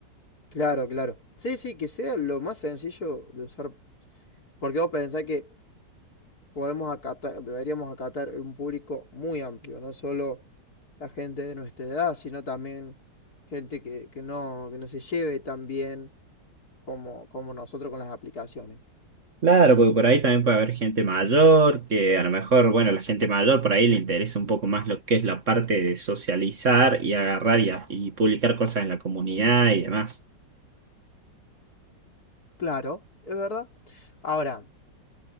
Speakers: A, on the left (about 55°); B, on the right (about 40°).
A: Claro, claro. Sí, sí, que sea lo más sencillo de usar, porque vos pensás que podemos acatar, deberíamos acatar un público muy amplio, no solo la gente de nuestra edad, sino también gente que, que no, que no se lleve tan bien como, como nosotros con las aplicaciones.
B: Claro, porque por ahí también puede haber gente mayor, que a lo mejor, bueno, la gente mayor por ahí le interesa un poco más lo que es la parte de socializar y agarrar y, a- y publicar cosas en la comunidad y demás.
A: Claro, es verdad. Ahora,